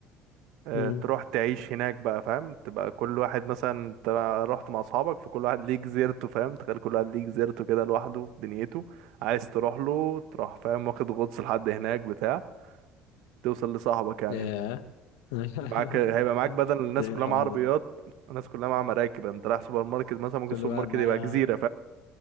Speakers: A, on the right; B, on the left.
A: آه،
B: امم
A: تروح تعيش هناك بقى فاهم تبقى كل واحد مثلا انت رحت مع اصحابك فكل واحد ليه جزيرته فاهم تخيل كل واحد ليه جزيرته كده لوحده في دنيته عايز تروح له تروح فاهم واخد غطس لحد هناك بتاع توصل لصاحبك يعني
B: ياه <laughs>
A: معاك هيبقى معاك بدل الناس
B: ده ايه
A: كلها
B: الحوار
A: مع عربيات
B: ده
A: الناس كلها مع مراكب يعني. انت رايح سوبر ماركت مثلا ممكن
B: كل
A: السوبر
B: واحد
A: ماركت
B: مع
A: يبقى جزيره